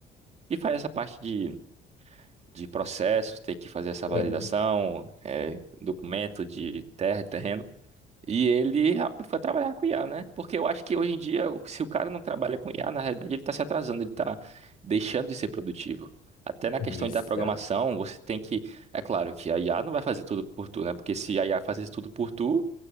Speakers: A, on the right; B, on the left.
A: que faz essa parte de, de processos, tem que fazer essa
B: É,
A: validação,
B: né?
A: é, documento de terra e terreno. E ele ra- foi trabalhar com IA, né? Porque eu acho que hoje em dia, o- se o cara não trabalha com IA, na realidade ele está se atrasando, ele está deixando de ser produtivo. Até na questão
B: Exato.
A: da programação, você tem que. É claro que a IA não vai fazer tudo por tu, né? Porque se a IA fazesse tudo por tu,